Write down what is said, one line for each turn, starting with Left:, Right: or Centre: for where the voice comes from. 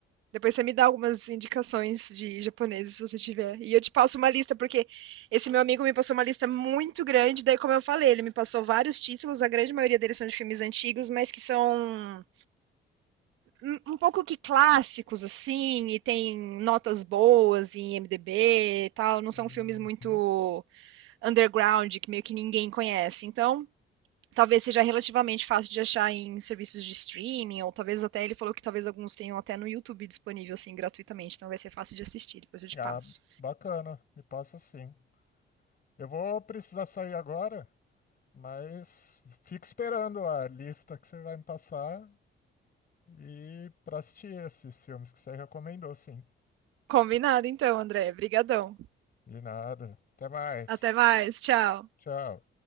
Right: Depois você me dá algumas indicações de japoneses, se você tiver. E eu te passo uma lista, porque esse meu amigo me passou uma lista muito grande. Daí, como eu falei, ele me passou vários títulos. A grande maioria deles são de filmes antigos, mas que são um- um pouco que clássicos, assim. E tem notas boas em IMDb e tal. Não são
Left: Uhum.
Right: filmes muito underground, que meio que ninguém conhece. Então, talvez seja relativamente fácil de achar em serviços de streaming, ou talvez até ele falou que talvez alguns tenham até no YouTube disponível assim gratuitamente, então vai ser fácil de assistir, depois eu te
Left: Ah,
Right: passo.
Left: bacana, me passa sim. Eu vou precisar sair agora, mas fico esperando a lista que você vai me passar e para assistir esses filmes que você recomendou, sim.
Right: Combinado então, André. Obrigadão.
Left: De nada. Até mais.
Right: Até mais, tchau.
Left: Tchau.